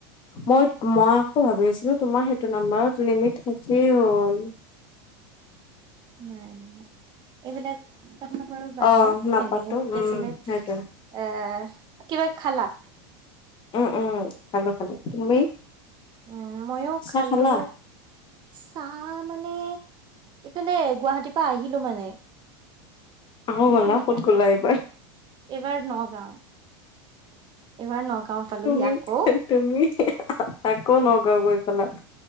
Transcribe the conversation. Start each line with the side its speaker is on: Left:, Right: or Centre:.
Left: মই- মই মইটো ভাবি আছিলো তোমাৰ সেইটো নম্বাৰত লিমিট শেষে হ'ল
Right: নাই- নাই এইবিলাক কাৰ বাদ
Left: অ',
Right: দিয়া হেৰি
Left: নাপাতো
Right: কি
Left: উম,
Right: আছিলে
Left: সেইটোৱে
Right: এ কিবা খালা
Left: উম- উম খালো -খালো তুমি
Right: উম ময়ো খালো
Left: চাহ খালা?
Right: চাহ আহ মানে ইফালে গুৱাহাটীৰ পৰা আহিলো মানে
Left: আহো বলা
Right: উম
Left: ক'ত গলা এইবাৰ
Right: এইবাৰ নগাঁও এইবাৰ নগাঁও পালোহি
Left: তুমি
Right: আকৌ
Left: তুমি আকৌ ন গৈ পালা